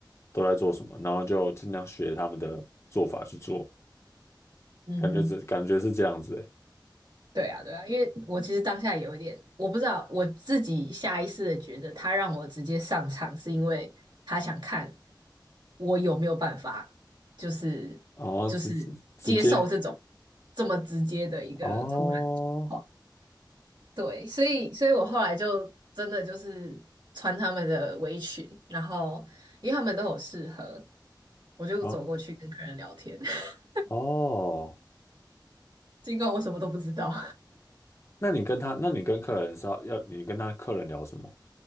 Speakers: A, on the left; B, on the right.
A: 都在做什么，然后就尽量学他们的做法去做。
B: 嗯哼，
A: 感觉这感觉是这样子诶。
B: 对啊，对啊，因为我其实当下有一点，我不知道我自己下意识的觉得他让我直接上场，是因为他想看我有没有办法，就是就是接受这种
A: 哦，直直接
B: 这么直接的一个突然的状况。
A: 哦，
B: 对，所以所以我后来就真的就是穿他们的围裙，然后因为他们都有适合，我就走过去跟客人聊天，
A: 哦
B: <laughs>
A: 哦，
B: 尽管我什么都不知道。
A: 那你跟他，那你跟客人是要要你跟他客人聊什么？